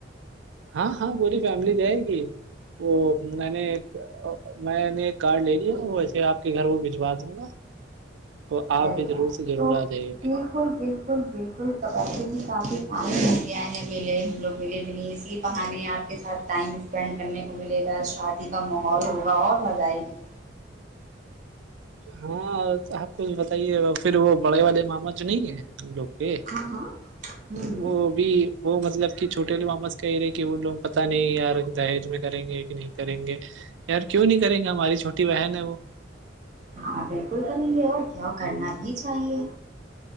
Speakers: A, on the right; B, on the right.
A: ہاں ہاں پوری فیملی جائے گی وہ میں نے میں نے ایک کارڈ لے لیا تو ویسے آپ کے گھر وہ بھجوا دوں گا تو آپ
B: ارے
A: بھی
B: واہ
A: ضرور سے ضرور
B: تو
A: آ جائے گے
B: بالکل بالکل بالکل قبی بھی کافی ٹائم ہو گیا ہے ملے ہم لوگ ملے بھی نہیں اس لیے پہانے آپ کے ساتھ ٹائم اسپینڈ کرنے کو ملے گا شادی کا ماحول ہوگا اور مزہ آئے گی
A: ہاں آپ کو بتائیے پھر وہ بڑے والے معاما جو نہیں ہے ہم لوگ
B: ہاں ہاں ہوں
A: وہ بھی وہ مطلب کہ چھوٹے لوامس کہ ہی رہے کہ وہ لوگ پت نہیں یار دہج میں کریں گے کہ نہیں کریں گے یار کیوں نہیں کریں گا ہماری چھوٹی بہن ہے وہ
B: ہاں بالکل کریں گے اور کیا کرنا بھی چاہیے